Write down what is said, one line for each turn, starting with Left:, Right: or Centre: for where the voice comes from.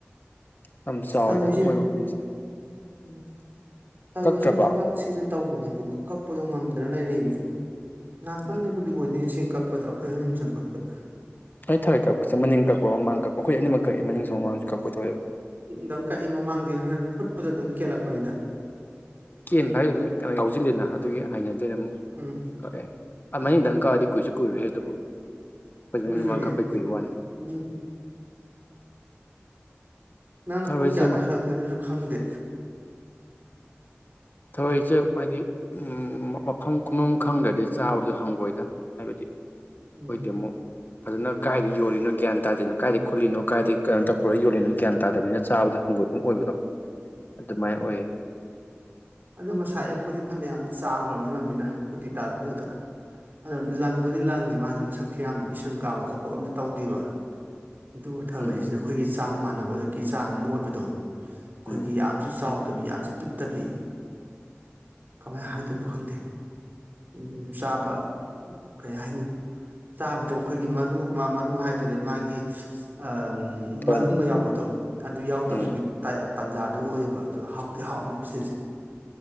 Left: ꯌꯥꯝ ꯆꯥꯎꯋꯤꯗ
Right: ꯊꯔꯣꯏꯁꯦ
Left: ꯃꯣꯏ ꯃꯐꯝꯁꯦ
Right: ꯎꯝ ꯊꯔꯣꯏꯁꯦ
Left: ꯀꯛꯇ꯭ꯔꯕ
Right: ꯑꯝꯇ ꯀꯛ ꯁꯤꯅ ꯇꯧꯕꯅꯦꯕꯀꯣ ꯀꯛꯄꯗꯣ ꯉꯝꯗꯅ ꯂꯩꯔꯦꯃꯤ ꯉꯥꯏꯍꯥꯛꯇꯪꯗꯕꯨꯗꯤ
Left: ꯎꯝ
Right: ꯑꯣꯏꯗꯣꯏꯅꯤꯁꯦ ꯀꯛ ꯄꯗ ꯑꯩꯈꯣꯏꯅꯤ ꯑꯍꯨꯝ ꯆꯪ ꯀꯛꯄꯗ
Left: ꯅꯣꯏ ꯊꯔꯦꯏ ꯀꯛꯄꯁꯦ ꯃꯅꯤꯡ ꯀꯛꯄ꯭ꯔꯣ ꯃꯥꯡ ꯀꯛꯄ꯭ꯔꯣ ꯈꯣꯏ ꯑꯅꯤꯃꯛ ꯀꯛꯏ ꯃꯅꯤꯡꯁꯨ ꯃꯃꯥꯡꯁꯨ ꯀꯛꯄꯥꯊꯣꯛꯑꯦꯕ
Right: ꯗꯪ ꯀꯛꯏ ꯃꯃꯥꯡꯗꯤ ꯍꯣꯔꯦꯟ ꯐꯨꯠꯄꯗ ꯑꯗꯨꯝ ꯀꯦꯜꯂꯛꯄꯅꯤꯗ
Left: ꯀꯦꯟꯕ ꯍꯥꯏꯁꯨ ꯑꯗꯨꯝ ꯀꯩꯅꯣ ꯌꯥꯎꯁꯤꯜꯂꯤꯅ ꯑꯗꯨꯒꯤ ꯍꯩꯅꯗꯦꯅ ꯑꯃꯨꯛ
Right: ꯎꯝ
Left: ꯀꯥꯛꯑꯦ ꯑꯥ ꯃꯅꯤꯡꯗꯪ ꯀꯥꯛꯑꯗꯤ ꯀꯨꯏꯁꯨ ꯀꯨꯏꯔꯣꯏꯍꯦ ꯑꯗꯨꯕꯨ ꯈꯣꯏꯗꯤ
Right: ꯀꯨꯏꯔꯣꯏꯌꯦ
Left: ꯃꯅꯤꯡ ꯃꯃꯥꯡ ꯀꯛꯄꯩ ꯀꯨꯏꯕꯩ ꯋꯥꯅꯤ
Right: ꯎꯝ ꯅꯪꯅ
Left: ꯊꯔꯣꯏꯁꯦ
Right: ꯄꯨꯡ ꯀꯌꯥꯗ ꯍꯜꯂꯛꯇꯣꯏꯅꯣꯁꯨ ꯈꯪꯗꯦ
Left: ꯊꯧꯔꯣꯏꯁꯦ ꯃꯥꯗꯤ ꯎꯝ ꯃꯐꯝ ꯈꯨꯐꯝ ꯈꯪꯗ꯭ꯔꯗꯤ ꯆꯥꯕꯗꯣ ꯍꯪꯕꯣꯏꯗ ꯍꯥꯏꯕꯗꯤ
Right: ꯎꯝ
Left: ꯈꯣꯏꯗꯤ ꯑꯃꯨꯛ ꯐꯖꯅ ꯀꯥꯏꯗꯩ ꯌꯣꯜꯂꯤꯅꯣ ꯒ꯭ꯌꯥꯟ ꯇꯥꯗꯦꯅ ꯀꯥꯏꯗꯩ ꯈꯨꯠꯂꯤꯅꯣ ꯀꯥꯏꯗꯩ ꯀꯟꯇ ꯄꯨꯔꯛꯒ ꯌꯣꯜꯂꯤꯅꯣ ꯒ꯭ꯌꯥꯟ ꯇꯥꯗꯅꯤꯅ ꯆꯥꯕꯗꯣ ꯍꯪꯒꯣꯏꯕ ꯑꯃ ꯑꯣꯏꯕꯗꯣ ꯑꯗꯨꯃꯥꯏꯅ ꯑꯣꯏꯌꯦ
Right: ꯑꯗꯨ ꯉꯁꯥꯏ ꯑꯌꯨꯛꯄꯨꯗꯤ ꯐꯅꯌꯥꯝꯗꯤ ꯆꯥꯝꯈ꯭ꯔꯕꯅꯤ ꯃꯝꯃꯤꯅ ꯇꯣꯇꯤ ꯇꯥꯛꯔꯛꯄꯗꯨꯗ ꯑꯗꯣ ꯂꯪꯕꯨꯗꯤ ꯂꯪꯏ ꯃꯥꯁꯦ ꯃꯁꯛꯁꯦ ꯌꯥꯝꯅ ꯏꯁꯪ ꯀꯥꯕ ꯈꯣꯠꯄꯒ ꯑꯝꯇ ꯇꯧꯗꯦꯕ ꯑꯗꯨꯕꯨ ꯊꯔꯣꯏꯖꯦ
Left: ꯎꯝ
Right: ꯑꯩꯈꯣꯏꯒꯤ ꯆꯥꯡ ꯃꯥꯟꯅꯕꯒꯤ ꯆꯥꯡ ꯑꯃ ꯑꯣꯏꯕꯗꯣ ꯑꯩꯈꯣꯏꯒꯤ
Left: ꯎꯝ
Right: ꯌꯥꯝꯁꯨ ꯆꯥꯎꯗꯕꯤ ꯌꯥꯝꯁꯨ ꯄꯤꯛꯇꯕꯤ ꯀꯃꯥꯏꯅ ꯍꯥꯏꯗꯣꯏꯅꯣ ꯈꯪꯗꯦ ꯎꯝ ꯆꯥꯕ ꯀꯩ ꯍꯥꯏꯅꯤ ꯆꯥꯕꯗ ꯑꯩꯈꯣꯏꯒꯤ ꯃꯔꯨ ꯃꯥ ꯃꯔꯨ ꯍꯥꯏꯗꯔꯦ ꯃꯥꯒꯤ ꯑꯥ
Left: ꯊꯣꯡ
Right: ꯃꯔꯨꯝꯒ ꯌꯥꯎꯕꯗꯣ ꯑꯗꯨ ꯌꯥꯎꯗꯕꯒꯤ
Left: ꯎꯝ
Right: ꯇꯥꯏ ꯇꯥꯟꯖꯥꯗꯨ ꯑꯣꯏꯌꯦꯕ ꯑꯗꯨ ꯍꯥꯎꯗꯤ ꯍꯥꯎꯅꯦꯕ ꯁꯤꯁꯦ